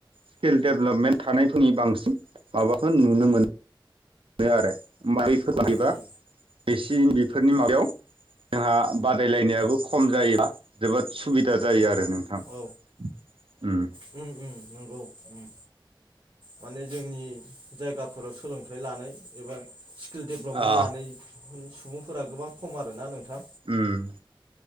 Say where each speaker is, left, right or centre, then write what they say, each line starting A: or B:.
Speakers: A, on the right; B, on the right.
A: स्किल डेभेलपमेन्ट थानायफोरनि बांसिन माबाखो नुनो मोनो मोनो आरो मैफोर <inaudible>
B: उम
A: बेफोरनि माबायाव जोंहा बादायलायनायाबो खम जाय <inaudible> जोबोद सुबिदा जायो आरो नोंथां उम
B: औ उम उम <unintelligible> उम माने जोंनि जायगाफोराव सोलोंथाइ लानाय एबा स्किल डेभलपमेन्ट
A: आ
B: लानाय सुबुंफोरा गोबां खम आरोना नोंथां
A: उम